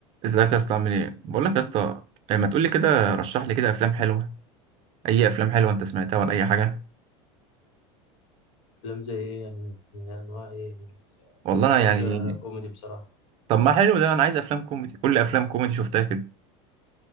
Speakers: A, on the right; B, on the left.
A: ازيك يا اسطى عامل ايه بقول لك يا اسطى إيه، ما تقول لي كده رشح لي كده افلام حلوه اي افلام حلوه انت سمعتها ولا اي حاجه
B: أفلام زي إيه يعني يعني أنواع إيه
A: والله
B: أنا ما بتفرجش
A: انا
B: غير
A: يعني
B: على كوميدي بصراحة
A: طب ما حلو ده انا عايز افلام كوميدي كل افلام كوميدي شفتها كده